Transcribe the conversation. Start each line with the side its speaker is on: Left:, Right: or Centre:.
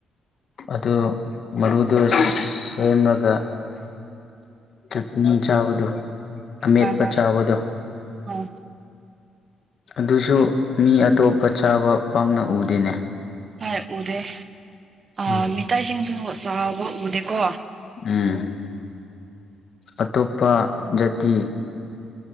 Left: ꯑꯗꯨ ꯃꯔꯨꯗꯨ ꯁꯦꯝꯃꯒ ꯆꯠꯅꯤ ꯆꯥꯕꯗꯣ
Right: ꯍꯣꯏ
Left: ꯑꯃꯦꯠꯄ
Right: ꯍꯣꯏ
Left: ꯆꯥꯕꯗꯣ
Right: ꯎꯝ
Left: ꯑꯗꯨꯁꯨ ꯃꯤ ꯑꯇꯣꯞꯄ ꯆꯥꯕ ꯄꯥꯛꯅ ꯎꯗꯦꯅꯦ
Right: ꯍꯣꯏ ꯎꯗꯦ ꯑ
Left: ꯎꯝ
Right: ꯃꯤꯇꯩꯁꯤꯡꯁꯨ ꯆꯥꯕ ꯎꯗꯦꯀꯣ
Left: ꯎꯝ ꯑꯇꯣꯞꯄ ꯖꯥꯇꯤ